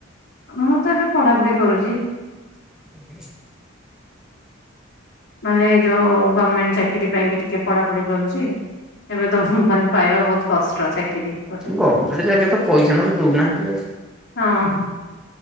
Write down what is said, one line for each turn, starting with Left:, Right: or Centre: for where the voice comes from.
Left: ମୁଁ ତ ଏବେ ପଢାପଢି କରୁଛି।
Centre: <inaudible>
Left: ମାନେ ଏଇ ଯୋଉ ଗଭର୍ଣମେଣ୍ଟ ଚାକିରୀ ପାଇଁ ଟିକେ ପଢାପଢି କରୁଛି ଏବେ ତ ମାନେ ପାଇବା ବହୁତ କଷ୍ଟ ଚାକିରି ଗୋଟେ
Centre: ଗଭର୍ଣ୍ଣମେଣ୍ଟ ଜାଗା ତ ପଇସା ନ ତ ଦଉନାହାନ୍ତି ଆଉ।
Left: ହଁ।